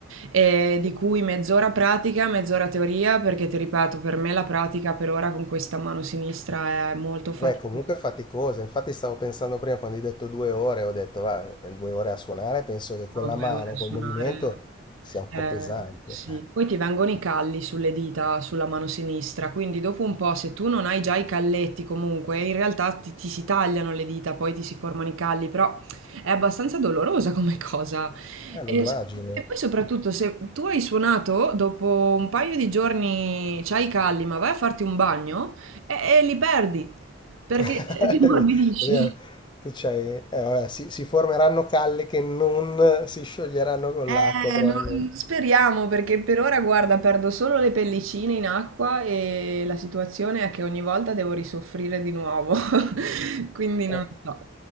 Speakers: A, on the right; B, on the left.
A: eh, di cui mezz'ora pratica, mezz'ora teoria, perché ti ripeto, per me la pratica per ora con questa mano sinistra è molto faticosa.
B: Beh, comunque è faticosa. Infatti stavo pensando prima quando hai detto due ore, ho detto va, due ore a suonare, penso che con
A: No,
B: la
A: 2
B: mano,
A: ore a suonare.
B: col movimento sia un
A: Eh,
B: po' pesante.
A: sì, poi ti vengono i calli sulle dita, sulla mano sinistra, quindi dopo un po', se tu non hai già i calletti comunque, in realtà ti, ti si tagliano le dita, poi ti si formano i calli, però è abbastanza dolorosa come cosa.
B: Eh,
A: E,
B: lo immagino.
A: s- e poi soprattutto se tu hai suonato, dopo un paio di giorni c'hai i calli, ma vai a farti un bagno e, e li perdi, perché
B: <laughs>
A: eh, <laughs> si morbidisce.
B: È ve- è vero. Tu c'hai... eh, vabbè, si, si formeranno calle che non si scioglieranno con
A: Eh,
B: l'acqua, probabilmente.
A: no- mm, speriamo perché per ora, guarda, perdo solo le pellicine in acqua e la situazione è che ogni volta devo risoffrire di nuovo. <laughs> Quindi non
B: Eh.
A: so.